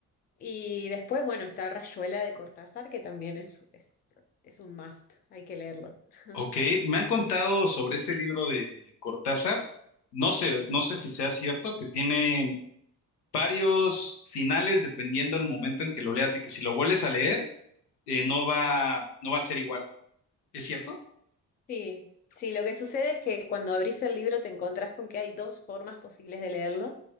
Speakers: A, on the left; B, on the left.
A: Y después, bueno, está Rayuela de Cortázar, que también es, es, es un must, hay que leerlo. <laughs>
B: ok. Me han contado sobre ese libro de Cortázar. No sé, no sé si sea cierto, que tiene varios finales dependiendo del momento en que lo leas y que si lo vuelves a leer, eh, no va, no va a ser igual. ¿Es cierto?
A: Sí, sí, lo que sucede es que cuando abrís el libro te encontrás con que hay dos formas posibles de leerlo